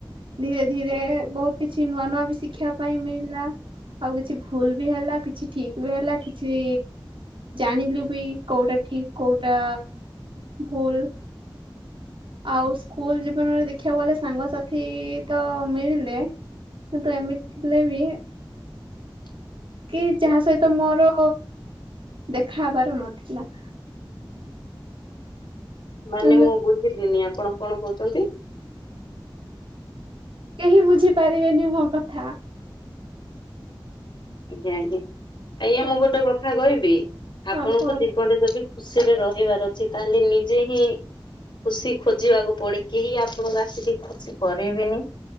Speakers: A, on the right; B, on the left.
A: ଧୀରେ ଧୀରେ ବହୁତ କିଛି ନୂଆ ନୂଆ ବି ଶିଖିବା ପାଇଁ ମିଳିଲା। ଆଉ କିଛି ଭୁଲ ବି ହେଲା, କିଛି ଠିକ ବି ହେଲା, କିଛି ହେଲେ ବି କୋଉଟା ଠିକ୍, କୋଉଟା ଭୁଲ୍ ଆଉ ସ୍କୁଲ ଜୀବନରେ ଦେଖିବାକୁ ଗଲେ ସାଙ୍ଗସାଥି ତ ମିଳିଲେ, କିନ୍ତୁ ଏମିତି ଥିଲେ ବି
B: <unintelligible>
A: କି ଯାହା ସହିତ ମୋର ଦେଖା ହବାର ନଥିଲା।
B: ମାନେ
A: ଆମେ
B: ମୁଁ ବୁଝିଲିନି, ଆପଣ କଣ କହୁଚନ୍ତି?
A: କେହି ବୁଝିପାରିବେନି ମୋ କଥା।
B: ଆଜ୍ଞା ଆଜ୍ଞା ଆଜ୍ଞା
A: ହଁ
B: ମୁଁ ଗୋଟେ କଥା କହିବି
A: ହଁ
B: ଆପଣଙ୍କୁ
A: କୁହନ୍ତୁ।
B: ଜୀବନରେ ଯଦି ଖୁସିରେ ରହିବାର ଅଛି ତାହେଲେ ନିଜେ ହିଁ ଖୁସି ଖୋଜିବାକୁ ପଡ଼େ କେହି ଆପଣଙ୍କୁ ଆସିକି ଖୁସି କରେଇବେନି।